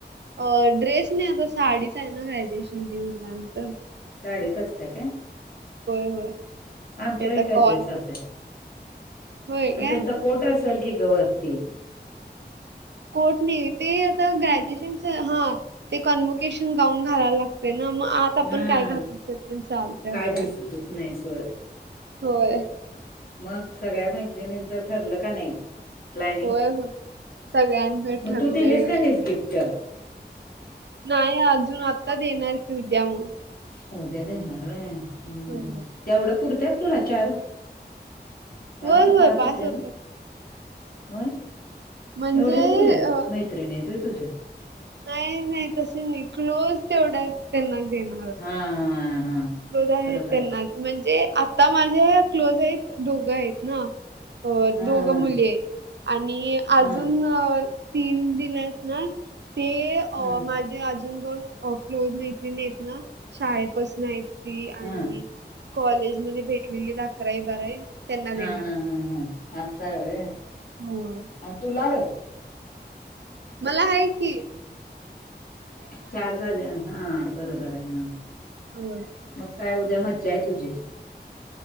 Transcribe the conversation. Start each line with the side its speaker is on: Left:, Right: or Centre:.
Right: अ ड्रेस नाही आता साडीचा आहे ना ग्रॅज्युएशन देनल्यानंतर
Left: साडीच असत का का
Right: होय.
Left: आमच्या
Right: ते आता
Left: का
Right: कॉल
Left: ड्रेस अस.
Right: होय
Left: आणि
Right: काय
Left: त्यांचा कोटा असल की ग वती
Right: कोट नाही ते आता ग्रॅज्युएशन हा ते कन्वोकेशन गाऊन घालायला लागत. ना मग आता आपण
Left: हा
Right: काय घात पण चालते
Left: काय
Right: असंय.
Left: दिसतच नाही सोड
Right: होय.
Left: मग सगळ्या मैत्रिणींच ठरलं का नाही. प्लॅनिंग
Right: होय होय सगळ्यांचं
Left: मग
Right: ठरलंय
Left: तू दिलीस का नाहीस गिफ्ट
Right: नाही अजून आत्ताच येणारच उद्या म्हणून
Left: उद्या देणार रे हम्म
Right: होय
Left: तेवढं पुरत्यात तुला चार चार
Right: होय
Left: का
Right: होय,
Left: पाच
Right: बास
Left: होते
Right: होतात
Left: ना. होय
Right: म्हणजे
Left: एवढेच मुले आहेत
Right: अ,
Left: मैत्रिणीेतय तुझ्या?
Right: नाही नाही तस नाही क्लोज तेवढा त्यांना देण.
Left: हा हा हा.
Right: क्लोज आहेत
Left: बरोबर
Right: त्यांनाच
Left: आहे
Right: म्हणजे, आता माझे क्लोज आहेत दोघं आहेत ना. अ
Left: हा
Right: दोघ
Left: हा
Right: मुली आहेत. आणि अजून,
Left: हा
Right: तीन दिलेस ना, ते
Left: हा
Right: माझे आजोबा अजून दोन क्लोज मैत्रिणी आहेत ना, शाळेपासन आहेत ती आणि,
Left: हा
Right: कॉलेजमध्ये भेटलेलीत अकरावी बारावी. त्यांना देणार
Left: हा हा
Right: आहे.
Left: हा हा. असां आहे होय,
Right: होय
Left: आणि तुला गं
Right: मला आहे कि,
Left: चार झाले हा, बरोबर आहे हा
Right: होय.
Left: मग काय, उद्या मज्जा आहे तुझी.